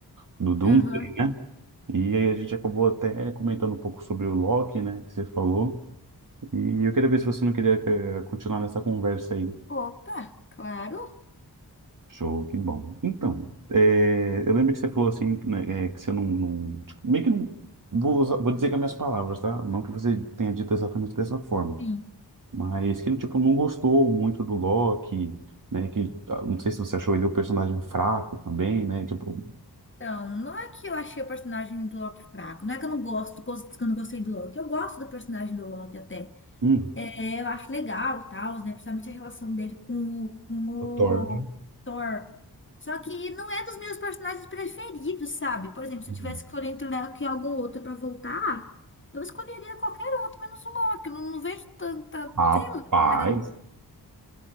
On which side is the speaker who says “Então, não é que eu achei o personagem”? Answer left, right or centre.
Left